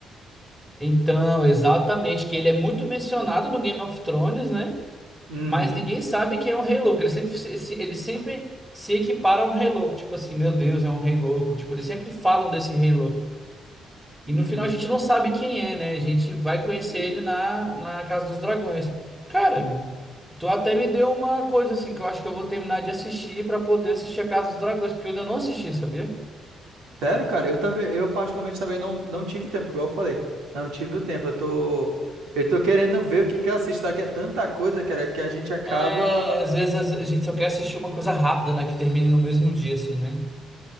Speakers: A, in the centre; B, on the right.
A: Então, exatamente, que ele é muito mencionado no Game of Thrones, né?
B: Uhum.
A: Mas ninguém sabe quem é o Rei Louco. Ele sempre, se- se- ele sempre se equipara ao Rei Louco. Tipo assim, meu Deus, é um Rei Louco. Tipo, eles sempre falam desse Rei Louco.
B: Uhum.
A: E no final a gente não sabe quem é, né? A gente vai conhecer
B: E-
A: ele na, na Casa dos Dragões. Cara,
B: uhum.
A: tu até me deu uma coisa assim que eu acho que eu vou terminar de assistir pra poder assistir a Casa dos Dragões, porque eu ainda não assisti, sabia?
B: Sério, cara, eu também, eu particularmente também não, não tive tempo, igual eu falei. Não tive o tempo. Eu tô, eu tô querendo ver o que que eu assisto, tá? que é tanta coisa, cara, que a gente acaba
A: É, e às vezes a gente só quer assistir uma coisa rápida, né? Que termine no mesmo dia, assim, né?